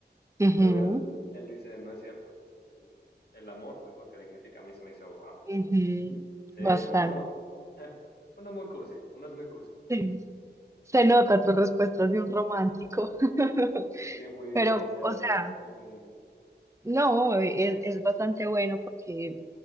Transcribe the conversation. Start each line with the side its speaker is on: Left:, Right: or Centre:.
Right: ujú,
Left: y luego él, él dice, no es cierto, el, el, amor es lo que dignifica. A mí se me hizo, wow.
Right: ujú,
Left: Sí,
Right: bastante.
Left: no, uno, <laughs> uno muy cursi, uno es muy cursi.
Right: Sí. Se nota tu respuesta de un romántico, <laughs>
Left: Sí, fui
Right: pero,
Left: demasiado.
Right: o sea...
Left: Dime, dime.
Right: No, e, es, es bastante bueno porque